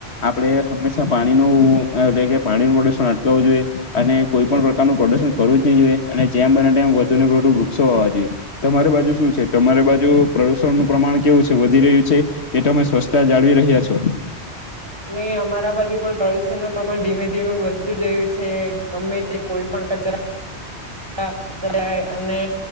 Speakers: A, on the left; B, on the right.
A: આપણે હંમેશા પાણીનું એટલે કે પાણીનું પ્રદુશન અટકાવવું જોઈએ અને કોઈ પણ પ્રકારનું પ્રદુશન કરવું જ નહી જોઈએ અને જેમ બને તેમ વધુનેું વૃક્ષો હોવા જોઈએ તમારી બાજુ શું છે તમારી બાજુ પ્રદુષણનુંું પ્રમાણ કેવું છે વધી રહ્યું છે કે તમે સ્વચ્છતા જાળવી રહ્યા છો.
B: અનેને અમારા બાજુ પણ પ્રદુષણ ન પ્રમાણ ધીમે ધીમે વધ. જયું છે ગમે તે કોઈ પણ કચરાાય અને